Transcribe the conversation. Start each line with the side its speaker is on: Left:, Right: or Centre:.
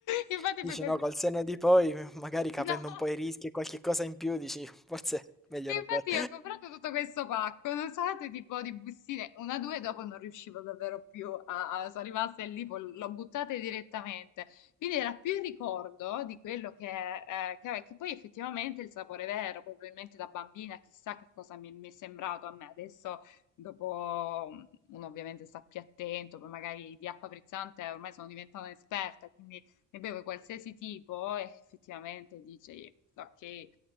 Left: Infatti
Centre: dici
Left: poi questo...
Centre: no, col senno di poi, magari capendo
Left: No!
Centre: un po' i rischi e qualche cosa in più, dici forse meglio
Left: Infatti
Centre: non bere.
Left: io ho comprato tutto questo pacco, non sapete, tipo di bustine, una, due, dopo non riuscivo davvero più a, a- sono rimaste lì, poi l'ho buttate direttamente. Quindi era più il ricordo di quello che, eh, che, che poi effettivamente il sapore vero, poi probabilmente da bambina chissà che cosa mi, mi è sembrato a me. Adesso, dopo, uno ovviamente sta più attento, poi magari di acqua frizzante ormai sono diventata un'esperta, quindi ne bevo qualsiasi tipo e effettivamente dici, ok.